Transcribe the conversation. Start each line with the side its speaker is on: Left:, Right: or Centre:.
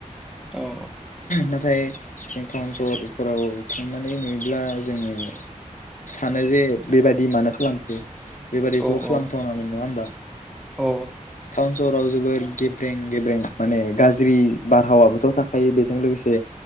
Centre: औ
Left: नाथाय जों टाउन सहरफोराव थांनानै नुयोब्ला जोङो सानो जे बेबादि मानो खालामखो। बेबादिथ'
Centre: औ
Left: खालामथावनामोन
Centre: औ
Left: नङा होमबा?
Centre: औ
Left: टाउन सहर फ्राव जोबोर गेब्रें गेब्रें माने गाज्रि बारहावाबोथ' थाखायो बेजों लोगोसे